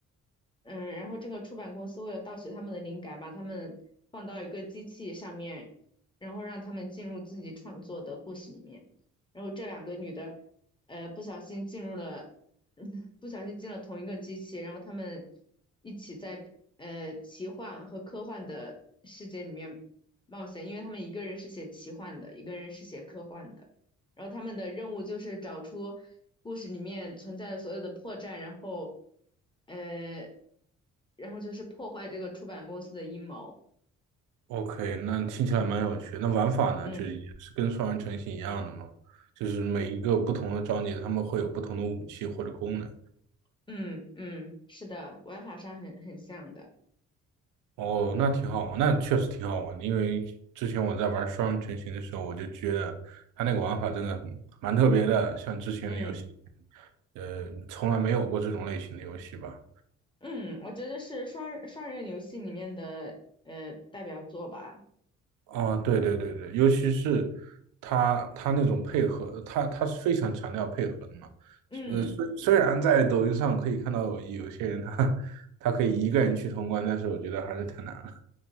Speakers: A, on the left (about 15°); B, on the right (about 85°).
A: 嗯，然后这个出版公司为了盗取他们的灵感，把他们放到一个机器上面，然后让他们进入自己创作的故事里面。然后这两个女的，呃，不小心进入了，<laughs> 嗯，不小心进了同一个机器，然后他们一起在呃奇幻和科幻的世界里面冒险，因为他们一个人是写奇幻的，一个人是写科幻的。然后他们的任务就是找出故事里面存在的所有的破绽，然后呃，然后就是破坏这个出版公司的阴谋。
B: ？OK，那听起来蛮有趣。那玩法呢，
A: 嗯
B: 就是也是跟双人成行一样的嘛，就是每一个不同的章节，他们会有不同的武器或者功能。
A: 嗯嗯，是的，玩法上很很像的。
B: 哦，那挺好，那确实挺好玩的。因为之前我在玩双人成行的时候，我就觉得它那个玩法真的很蛮特别的，像之前的游戏，
A: 嗯
B: 呃，从来没有过这种类型的游戏吧。
A: 嗯，我觉得是双人双人游戏里面的呃代表作吧。
B: 啊，对对对对，尤其是他他那种配合，他他是非常强调配合的嘛。
A: 嗯，
B: 呃，虽虽然在抖音上可以看到有有些人他他可以一个人去通关，但是我觉得还是太难了。